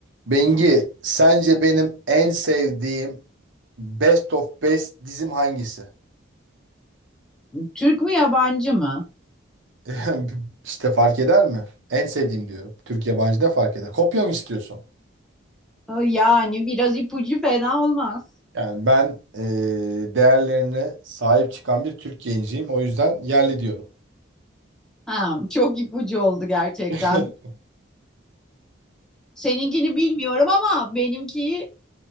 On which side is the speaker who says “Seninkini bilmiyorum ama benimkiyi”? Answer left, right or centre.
Centre